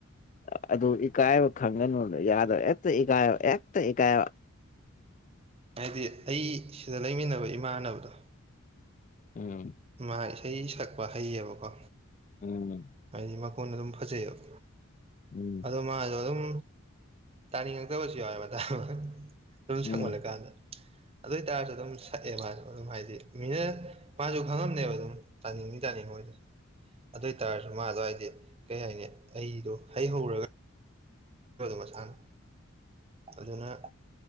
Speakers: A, on the left (about 35°); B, on the right (about 30°).
A: ꯑꯥ ꯑꯗꯨ ꯏꯀꯥꯏꯕ ꯈꯪꯒꯅꯨ ꯌꯥꯗꯕ ꯍꯦꯛꯇ ꯏꯀꯥꯏꯕ ꯍꯦꯛꯇ ꯏꯀꯥꯏꯕ
B: ꯍꯥꯏꯗꯤ ꯑꯩ ꯁꯤꯗ ꯂꯩꯃꯤꯟꯅꯕ ꯏꯃꯥꯟꯅꯕꯗꯣ
A: ꯎꯝ
B: ꯃꯥ ꯏꯁꯩ ꯁꯛꯄ ꯍꯩꯌꯦꯕꯀꯣ
A: ꯎꯝ
B: ꯍꯥꯏꯗꯤ ꯃꯈꯣꯟꯗ ꯑꯗꯨꯝ ꯐꯖꯩꯑꯌꯦꯕ
A: ꯎꯝ
B: ꯑꯗꯣ ꯃꯥꯁꯣ ꯑꯗꯨꯝ ꯇꯥꯅꯤꯡꯉꯛꯇꯕꯁꯨ ꯌꯥꯎꯋꯦꯕ ꯇꯥꯕ ꯑꯗꯨꯝ
A: ꯎꯝ
B: ꯁꯪꯃꯜꯂꯀꯥꯟꯗ ꯑꯗꯨ ꯑꯣꯏꯇꯥꯔꯁꯨ ꯑꯗꯨꯝ ꯁꯛꯑꯦ ꯃꯥꯁꯨ ꯑꯗꯨꯝ ꯍꯥꯏꯗꯤ ꯃꯤꯅ ꯃꯥꯁꯨ ꯈꯪꯉꯝꯅꯦꯕ ꯑꯗꯨꯝ ꯇꯥꯅꯤꯡꯅꯤ ꯇꯥꯅꯤꯡ ꯅꯣꯏꯗ ꯑꯗꯨ ꯑꯣꯏꯇꯥꯔꯁꯨ ꯃꯥꯗꯣ ꯍꯥꯏꯗꯤ ꯀꯩ ꯍꯥꯏꯅꯤ ꯑꯩꯗꯣ ꯍꯩ ꯍꯧꯔꯒ ꯃꯁꯅꯥ ꯑꯗꯨꯅ